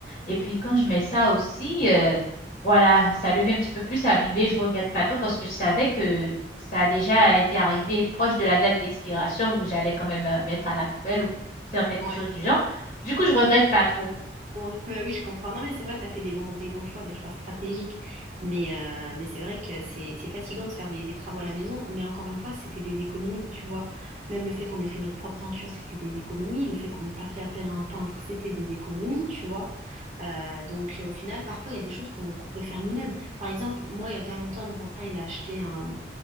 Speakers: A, on the left; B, on the right.
A: Et puis quand je mets ça aussi, euh, voilà, ça devient un petit peu plus abîmé. Je regrette pas trop parce que je savais que ça a déjà été arrivé proche de la date d'expiration où j'allais quand même euh, mettre à la poubelle ou faire quelque
B: Ouais.
A: chose du genre. Du coup, je regrette pas trop.
B: Ouais. Bah oui, je comprends. Non, mais c'est vrai, tu as fait des bons, des bons choix, des choix stratégiques. Mais, euh, mais c'est vrai que c'est c'est fatigant de faire des, des travaux à la maison. Mais encore une fois, c'était des économies, tu vois. Même le fait qu'on ait fait notre propre peinture, c'était des économies. Le fait qu'on n'ait pas fait appel à un peintre, c'était des économies, tu vois. Euh, donc, euh, au final, parfois, il y a des choses qu'on qu'on peut faire nous-mêmes. Par exemple, moi, il n'y a pas longtemps, mon papa, il a acheté un,